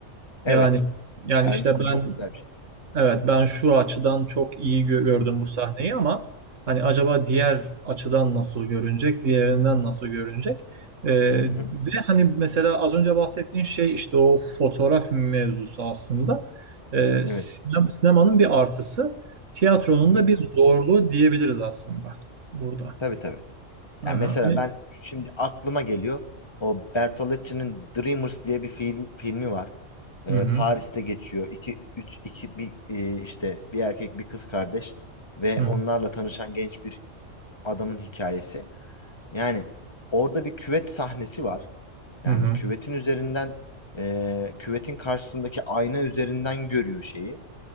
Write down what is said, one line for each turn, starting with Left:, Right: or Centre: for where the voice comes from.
Left: Evet.
Right: Yani yani
Left: Bence
Right: işte ben
Left: de çok güzel bir şey.
Right: Evet ben şu açıdan çok iyi gö- gördüm
Left: Hı hı.
Right: bu sahneyi ama hani acaba diğer açıdan nasıl görünecek, diğerinden nasıl görünecek? Ee,
Left: Hı hı.
Right: ve hani mesela az önce bahsettiğin şey işte o fotoğraf mevzusu aslında Ee,
Left: Evet.
Right: sinem- sinemanın bir artısı, tiyatronun
Left: Hı hı.
Right: da bir zorluğu diyebiliriz aslında burada.
Left: Tabii tabii.
Right: Hı
Left: Yani
Right: hı.
Left: mesela
Right: Hani-
Left: ben şimdi aklıma geliyor. O Bertolucci'nin Dreamers diye bir film filmi var. Ee,
Right: Hı hı.
Left: Paris'te geçiyor. İki, üç, iki, bir, e, işte bir erkek bir kız kardeş ve
Right: Hı hı.
Left: onlarla tanışan genç bir adamın hikayesi. Yani orada bir küvet sahnesi var. Yani
Right: Hı hı.
Left: küvetin üzerinden e, küvetin karşısındaki ayna üzerinden görüyor şeyi.